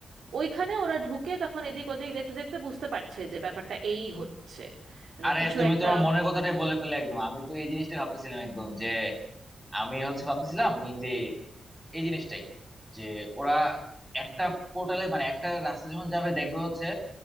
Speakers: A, on the right; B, in the centre.
A: ওইখানে ওরা ঢুকে তখন এদিক ওদিক দেখতে দেখতে বুঝতে পারছে যে ব্যাপারটা এই হচ্ছে মানে
B: আরে
A: কিছু
B: তুমি
A: একটা
B: তোমার মনের কথাটাই বলে ফেলে একদম আমি তো এই জিনিসটাই ভাবতেছিলাম একদম যে আমি হচ্ছে ভাবতেছিলাম মেইনলি এই জিনিসটাই যে ওরা একটা পোর্টালে মানে একটা রাস্তা যখন যাবে দেখবে হচ্ছে